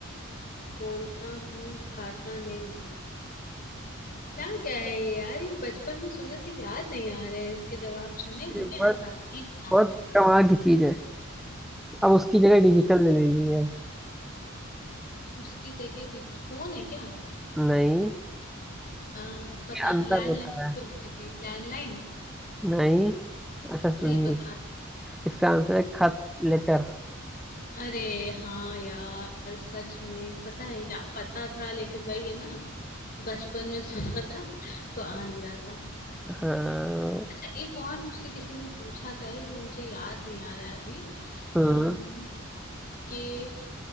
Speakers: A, on the left; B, in the centre.
A: बोलता हूँ खाता नहीं हूँ क्या क्या है ये यार ये बचपन में सुने थे याद नहीं आ रहे हैं इसके जवाब सुने हुए
B: ये बहुत
A: हैं सारे नहीं पता
B: बहुत
A: मुझे
B: कमाल की चीज है अब उसकी जगह डिजिटल ले ली है
A: उसकी जगह डिजिट फोन है क्या
B: नहीं
A: आ, पता
B: ये अंतर
A: लैंडलाइन
B: होता है
A: जो होती थी लैंडलाइन
B: नहीं अच्छा सुनिए
A: नहीं पता
B: इसका आंसर है खत लेटर
A: अरे हाँ यार सच में पता है या पता था लेकिन वही है ना बचपन में सुना था तो आ नहीं रहा था
B: हाँ
A: अच्छा एक और मुझसे किसी ने पूछा था एक वो मुझे याद नहीं आ रहा है अभी
B: हाँ
A: अम्म कि